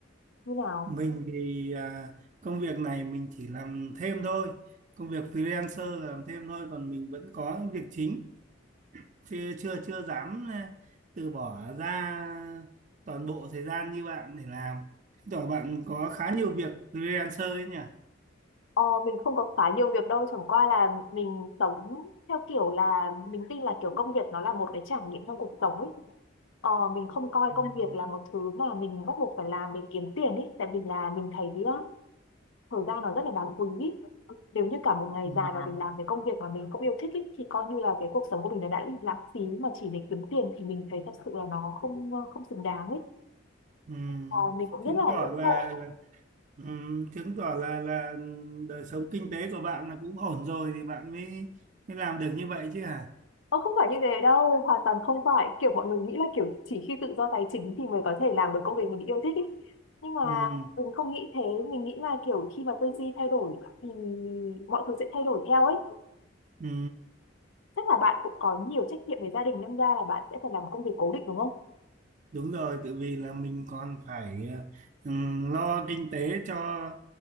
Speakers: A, on the left; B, on the right.
A: như nào
B: mình thì à, công việc này mình chỉ làm thêm thôi. Công việc freelancer là làm thêm thôi, còn mình vẫn có việc chính chưa chưa chưa dám à, từ bỏ ra toàn bộ thời gian như bạn để làm. Chứng tỏ bạn có khá nhiều việc freelancer ấy nhỉ?
A: ờ, mình không có khá nhiều việc đâu chẳng qua là mình sống theo kiểu là mình tin là kiểu công việc nó là một cái trải nghiệm trong cuộc sống ấy ờ, mình không coi
B: Ừ.
A: công việc là một thứ mà mình bắt buộc phải làm để kiếm tiền ấy tại vì là mình thấy ý, á, thời gian nó rất là đáng quý ý. nếu như cả một ngày
B: Ừ.
A: dài mà mình làm cái công việc mà mình không yêu thích ý, thì coi như là cái cuộc sống của mình nó đã bị lãng phí mà chỉ để kiếm tiền thì mình thấy thật sự là nó không ờ, không xứng đáng ấy
B: Ừ.
A: à, mình cũng rất
B: Chứng
A: là
B: tỏ
A: ngưỡng
B: là,
A: mộ
B: là Ừ, chứng tỏ là là đời sống kinh tế của bạn là cũng ổn rồi thì bạn mới mới làm được như vậy chứ hả?
A: Ờ, không phải như thế đâu hoàn toàn không phải kiểu mọi người nghĩ là kiểu chỉ khi tự do tài chính thì mới có thể làm được công việc mình yêu thích ấy nhưng mà
B: Ừ,
A: mình không nghĩ thế mình nghĩ là kiểu khi mà tư duy thay đổi thì mọi thứ sẽ thay đổi theo ấy
B: ừ,
A: chắc là bạn cũng có nhiều trách nhiệm về gia đình nên ra là bạn sẽ phải làm công việc cố định đúng không
B: đúng rồi, tự vì là mình còn phải ờ, ừ, lo kinh tế cho